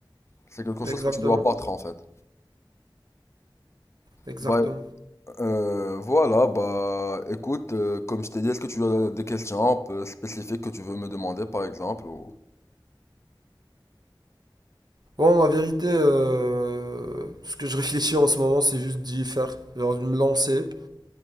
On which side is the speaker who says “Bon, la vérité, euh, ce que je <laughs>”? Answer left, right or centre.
Right